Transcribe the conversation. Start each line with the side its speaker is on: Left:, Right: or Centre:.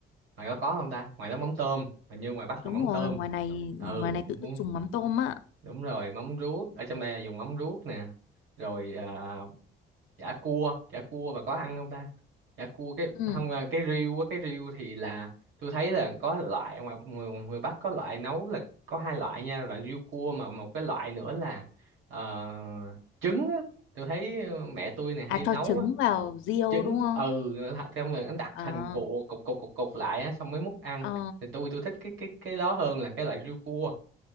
Right: ngoài đó có không ta ngoài đó mắm tôm hình như ngoài Bắc là
Left: Đúng
Right: mắm tôm
Left: rồi, ngoài này
Right: ừ
Left: ngoài này tự
Right: đúng,
Left: tự dùng mắm tôm á.
Right: đúng rồi mắm ruốc ở trong đây là dùng mắm ruốc nè rồi à, chả cua chả cua và có ăn không ta chả cua cái
Left: Ừ.
Right: không à, cái riêu á cái riêu thì là tôi thấy là có loại ngoài người, người Bắc có loại nấu là có hai loại nha loại riêu cua mà một cái loại nữa là ờ, trứng á. tôi thấy ờ, mẹ tôi này hay
Left: À Dạ
Right: nấu
Left: cho ok. trứng vào riêu
Right: trứng
Left: đúng không?
Right: ừ là- xong rồi nó đặt
Left: Ờ
Right: thành cục cục cục cục cục lại á xong mới múc ăn
Left: ờ
Right: thì tôi tôi thích cái cái cái đó hơn là cái loại riêu cua